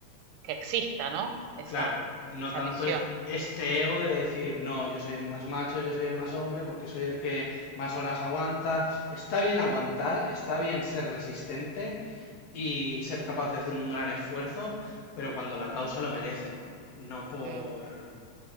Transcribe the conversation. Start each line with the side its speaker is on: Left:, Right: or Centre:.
Right: que exista, ¿no? Esa,
Left: Claro, no
Right: esa
Left: tanto
Right: visión.
Left: e- este ego de decir, no, yo soy el más macho, yo soy el más hombre, porque soy el que más horas aguanta. Está bien aguantar, está bien ser resistente y ser capaz de hacer un gran esfuerzo, pero cuando la causa lo merece, no por,
Right: Mm,